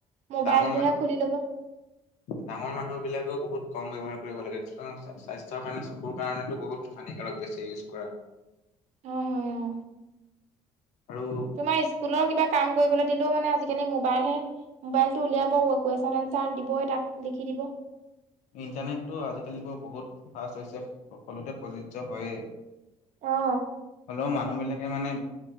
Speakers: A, on the right; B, on the left.
A: মোবাইলটোহে
B: ডাঙৰ মানুহ
A: খুলি ল'ব।
B: ডাঙৰ মানুহবিলাকেও বহুত কম ব্যৱহাৰ কৰিব লাগে, স্বাস্থ্যৰ কাৰণে চকুৰ কাৰণেতো বহুত হানিকাৰক বেছি ইউজ কৰা। <inaudible>
A: হয়, হয়, অ'।
B: আৰু
A: তোমাৰ ইস্কুলৰ কিবা কাম কৰিবলৈ দিলেও মানে আজিকালিও মোবাইল হে। মোবাইলটো উলিয়াব কুৱেশন এনচাৰ দিবই তাত, লিখি দিব।
B: ইণ্টাৰনেটটো আজিকালি বাৰু বহুত ফাষ্ট হৈছে সকলোতে প্ৰযোজ্য হয়েই।
A: অ
B: হ'লেও মানুহবিলাকে মানে